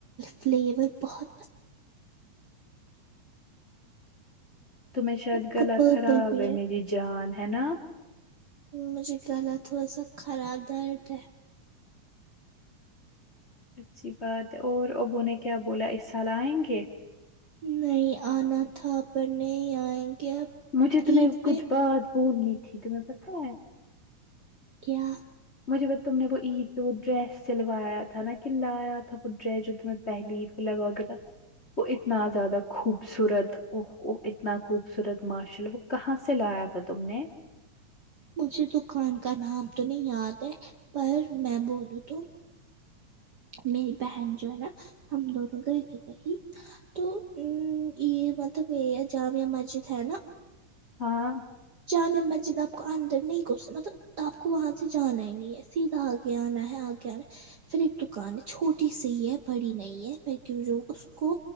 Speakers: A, on the right (about 50°); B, on the left (about 25°).
A: فلیور بہت پسن
B: تمہیں
A: پسند
B: شاید
A: اس
B: گلا
A: کا پرپل
B: خراب
A: بھی
B: ہے میری جان ہے نا
A: مجھے گلا تھوڑا سا خراب درد ہے
B: اچھی بات ہے اور ابو نے کیا بولا اس سال آئیں گے
A: نہیں آنا تھا پر نہیں آئیں گے اب
B: مجھے تمہیں
A: عید
B: کچھ
A: پہ
B: بات بولنی تھی تمہیں پتہ ہے
A: کیا
B: مجھے تم نے وہ عید پہ وہ ڈریس سلوایا تھا نا کہ لایا تھا وہ ڈریس جو ت پہلی ہی پ لگا ہو گلا وہ اتنا زیادہ خوبصورت اوہو اتنا خوبصورت ماشااللہ وہ کہاں سے لایا تھا تم نے
A: مجھے دکان کا نام تو نہیں یاد ہے پر میں بولوں تو میری بہن جو ہے نا ہم دونوں گئے تھے کہیں تو ام یے مطلب یے جامیع مسجد ہے نا
B: ہاں
A: جامیع مسجد دا اندر نہیں گھس مطلب آپ کو وہاں سے جانا ہی نہیں ہے سیدھا آگے آنا ہے آگے آنا ہے فیر ایک دکان ہے چھوٹی سی ہے بڑی نہیں ہے فیر جو اس کو